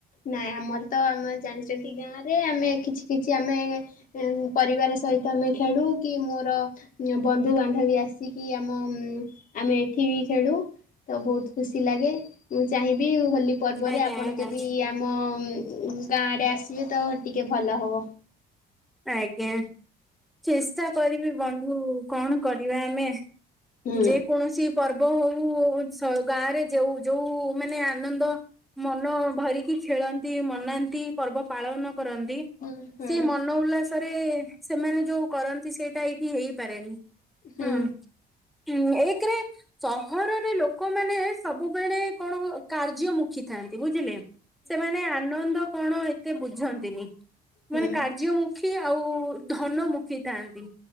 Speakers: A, on the left; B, in the centre.
A: ନାଇଁ ଆମର ତ ଆମେ ଜାଣିଛନ୍ତି ଗାଁ ରେ ଆମେ କିଛି କିଛି ଆମେ ପରିବାର ସହ ଆମେ ଖେଳୁ କି ମୋର ବନ୍ଧୁବାନ୍ଧବ ବି ଆସିକି ଆମ। ଆମେଏଠି ଖେଳୁ ବହୁତ ଖୁସି ଲାଗେ ମୁଁ ଚାହିଁବି ହୋଲି ପର୍ବରେ
B: ଆଜ୍ଞା
A: ଆପଣ
B: ଆଜ୍ଞା
A: ଯଦି ଆମ। ଗାଁ ଆଡେ ଆସିବେ ତ ଟିକେ ଭଲ ହବ।
B: ଆଜ୍ଞା ଚେଷ୍ଟା କରିବି ବନ୍ଧୁ କଣ କରିବା ଆମେ।
A: ହୁଁ
B: ଯେ କୌଣସି ପର୍ବ ବୋହୁ ହଉ ଗାଁ ରେ ଯୋଉ ଯୋଉ ମାନେ ଆନନ୍ଦ। ମନ ଭରିକି ଖେଳନ୍ତି ମନାନ୍ତି ପର୍ବ ପାଳନ। କରନ୍ତି
A: ହୁଁ ହୁଁ
B: ସେ ମନ ଉଲ୍ଲାସରେ ସେମାନେ ଯୋଉ କରନ୍ତି ସେଇଟା ଏଇଠି ହେଇପାରେନି
A: ହୁଁ
B: ହଁ। ହଁ ଏକରେ ସହରରେ ଲୋକମାନେ ସବୁବେଳେ କଣ କାର୍ଯ୍ୟମୁଖୀ ଥାଏ। ତାହାନ୍ତି ବୁଝିଲେ। ସେମାନେ ଆନନ୍ଦ କଣ ଏତେ ବୁଝନ୍ତିନି
A: ହୁଁ
B: ମାନେ କାର୍ଯ୍ୟମୁଖୀ। ମୁଖି ଆଉ ଧନ ମୁଖିଥାନ୍ତି।